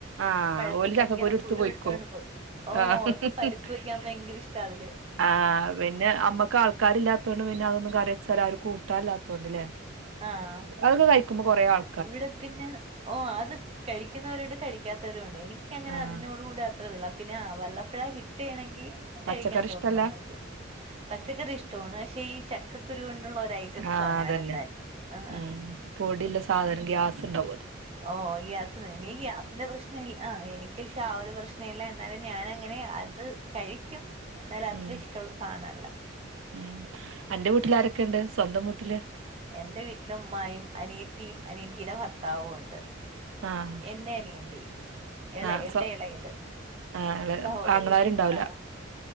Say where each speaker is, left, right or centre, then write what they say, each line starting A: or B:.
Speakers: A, on the right (about 75°); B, on the right (about 30°).
A: ആഹ്
B: പഴുത്ത
A: ഓല് ചക്കക്കുരു
B: ചക്കേന്ന്
A: ത്ത്
B: കുരു
A: പോയ്ക്കോ
B: എടുത്തോണ്ട് പോയി ഓ
A: ആഹ്
B: അവർക്ക്
A: ഹ്
B: പരിപ്പ്
A: ഹ് ഹ് ഹ്
B: വെക്കാൻ ഭയങ്കര ഇഷ്ടാ അതില്
A: ആഹ് പിന്നെ അമ്മക്ക് ആൾക്കാരില്ലാത്ത കൊണ്ട് പിന്നെ അതൊന്നും കറി വെച്ചാലാരും കൂ ട്ടാലാത്തകൊണ്ട്ലെ
B: ആഹ്
A: അതൊക്കെ കഴിക്കുമ്പോ കൊറേ ആൾ
B: ഇവിടെ പിന്നെ ഓ അത് കഴിക്കുന്നവരുണ്ട് കഴിക്കാത്തവരുണ്ട് എനിക്കങ്ങനെ
A: ആഹ്
B: അതിനോട് കൂടെ അത്രതില്ല പിന്നെ വല്ലപ്പഴാ കിട്ടീണങ്കി
A: പച്ചക്കറി
B: കഴിക്കാൻ തോന്നു
A: ഇഷ്ടല്ല
B: നമ്മക്ക് പച്ചക്കറി ഇഷ്ട്ടാണ് പഷെ ഈ ചക്കക്കുരു കൊണ്ടുള്ള ഒരഐറ്റംസോ
A: ആഹ്
B: അങ്ങനെ
A: അതന്നെ
B: വല്തായിട്ട് ആ്ഹ്
A: ഉം പൊടില്ല സാധനം ഗ്യാസ് ഇണ്ടാവുത്
B: ഓ ഗ്യാസിന് ന്ക്യീ ഗ്യാസിന്റെ പ്രശ്നില് ആഹ് എനിക്ക്ഷാ ഒരു പ്രശ്നില്ല എന്നാലും ഞാനങ്ങനെ അത് കഴിക്യും എന്നാലും അത്ര
A: ഉം
B: ഇഷ്ടുള്ള സാനല്ല
A: ഉം അന്റെ വീട്ടില് ആരൊക്കെണ്ട് സ്വന്തം വീട്ടില്
B: എന്റെ വീട്ടില് ഉമ്മായും അനിയത്തിം അനിയത്തിടെ ഭർത്താവും ഉണ്ട്
A: ആഹ്
B: എന്റെ അനിയത്തി എള
A: ആഹ്
B: എന്റെ
A: സ്വ
B: എളയത്
A: ആഹ്
B: സഹോദരി
A: ആങ്ങളാരുണ്ടാവൂല
B: ആഹ്